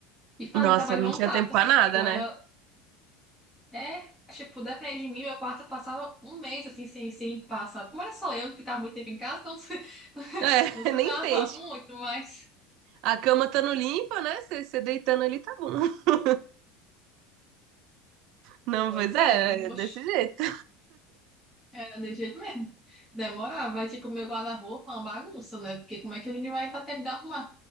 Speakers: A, in the centre; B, on the right.
A: e fazer
B: nossa,
A: trabalho
B: não
A: voluntário.
B: tinha tempo
A: Então,
B: pra
A: assim,
B: nada,
A: tipo, era
B: né?
A: É, tipo, depende de mim, meu quarto eu passava um mês assim, sem, sem passar. Como era só eu não ficava muito tempo em casa, então <laughs>
B: É, <laughs>
A: não sujava
B: nem sente.
A: muito, mas.
B: A cama estando limpa, né? Você você deitando ali tá bom. <laughs> Não,
A: Pois
B: pois é,
A: é,
B: é desse
A: oxe,
B: jeito.
A: era de jeito mesmo. Demorava, aí, tipo, meu guarda-roupa é uma bagunça, né? Porque como é que a gente vai dar tempo de arrumar?